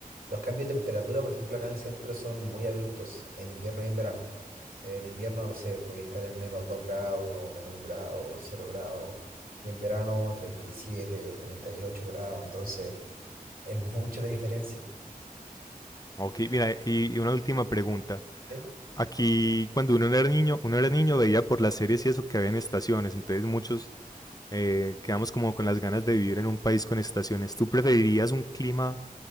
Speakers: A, on the right (about 80°); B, on the left (about 25°).
A: los cambios de temperatura, por ejemplo, acá en el centro son muy abruptos, en invierno y en verano. En invierno, no sé, puede estar en menos 2 grados, menos un grado, cero grados, y en verano treinta treinta y siete treinta y ocho grados, entonces es mucha la diferencia.
B: Ok, mira, y, y una última pregunta.
A: ¿sí?
B: Aquí, cuando uno era niño, uno era niño, veía por las series y eso que había en estaciones. Entonces muchos eh, quedamos como con las ganas de vivir en un país con estaciones. ¿Tú preferirías un clima